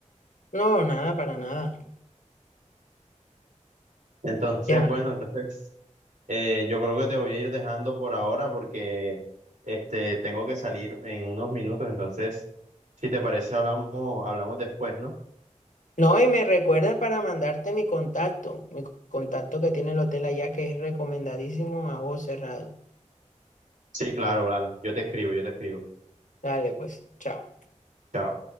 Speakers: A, on the left (about 85°); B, on the right (about 85°).
A: No, nada, para nada,
B: Entonces,
A: ya.
B: bueno, entonces eh, yo creo que te voy a ir dejando por ahora porque este, tengo que salir en unos minutos, entonces si te parece hablamos, hablamos después, ¿no?
A: No, y me recuerdas para mandarte mi contacto, mi contacto que tiene el hotel allá, que es recomendadísimo a vos cerrado.
B: Sí, claro, Blan, yo te escribo, yo te escribo.
A: Dale, pues, chao.
B: Chao.